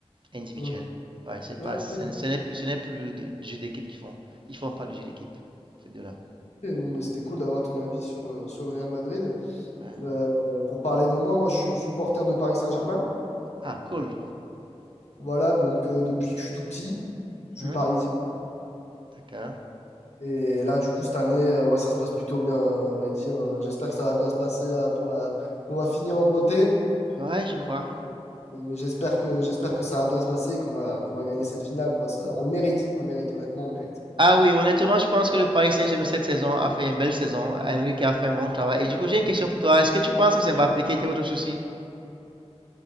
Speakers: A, on the right; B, on the left.
A: individuels.
B: mhm.
A: Ouais, c'est
B: Ok.
A: pas, ce ce n'est plus, ce n'est plus de, du jeu d'équipe qu'ils font. Ils font pas du jeu d'équipe, ces deux-là.
B: Et Bon, bah, c'était cool d'avoir ton avis sur, euh, sur le Real Madrid.
A: Ouais.
B: Euh, euh, pour parler de moi, moi je suis supporter de Paris Saint-Germain.
A: Ah, cool.
B: Voilà, donc euh, depuis que je suis tout petit, je
A: Hein?
B: suis parisien.
A: D'accord.
B: Et là, du coup, cette année, euh, ouais, ça se passe plutôt bien, euh, à vrai dire. Euh, j'espère que ça va bien se passer là pour la... qu'on va finir en beauté.
A: Ouais, je
B: Mais,
A: crois.
B: euh, j'espère que j'espère que ça va bien se passer et qu'on va qu'on va gagner cette finale, quoi. Ça- on le mérite, on le mérite, honnêtement, on le mérite.
A: Ah oui, honnêtement, je pense que le Paris Saint-Germain cette saison a fait une belle saison. Henry qui a fait un bon travail. Et du coup, j'ai une question pour toi. Est-ce que tu penses que c'est Mbappé qui était votre souci?